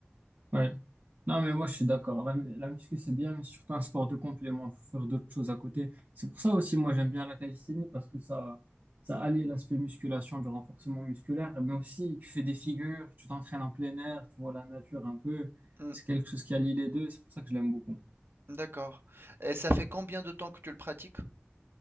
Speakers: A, on the right; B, on the right.
A: ouais. Non, mais moi, je suis d'accord. La, la muscu, c'est bien, mais surtout un sport de complément. Faut faire d'autres choses à côté. C'est pour ça aussi, moi, j'aime bien la calisthénie parce que ça, ça allie l'aspect musculation, du renforcement musculaire, mais aussi tu fais des figures, tu t'entraînes en plein air, tu vois la nature un peu.
B: Hmm,
A: C'est quelque chose qui allie les deux. C'est pour ça que je l'aime beaucoup.
B: d'accord. Et ça fait combien de temps que tu le pratiques?